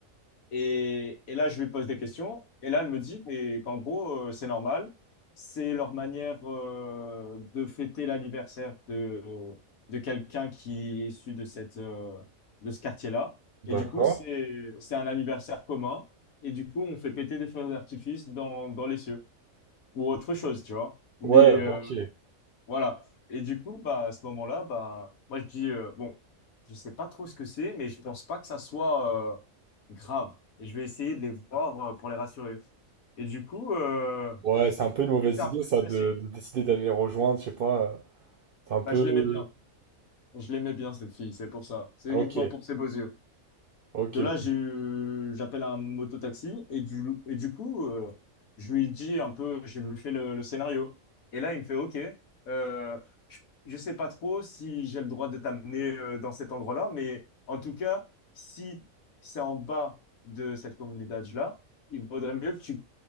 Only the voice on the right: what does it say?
D'accord.
Ouais, ok.
Ouais, c'est un peu une mauvaise
idée,
ça,
de, de décider d'aller les rejoindre, je sais pas. euh, C'est un peu.
Ok,
ok,
ok.